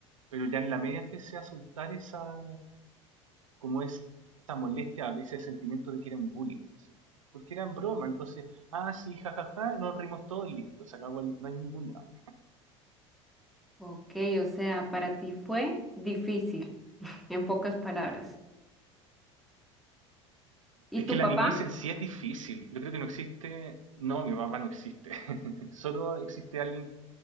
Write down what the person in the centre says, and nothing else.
ok, o sea, para ti fue difícil, en pocas palabras. ¿Y
tu
papá?